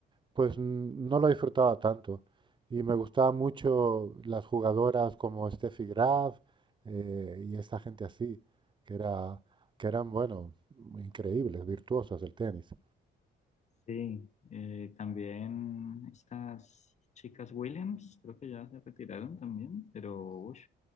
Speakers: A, on the right; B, on the left.
A: pues n- no lo disfrutaba tanto. Y me gustaban mucho las jugadoras como Steffi Graf eh, y esta gente así, que era, que eran, bueno, increíbles, virtuosas del tenis.
B: Sí, eh, también estas chicas Williams, creo que ya se retiraron también, pero ush,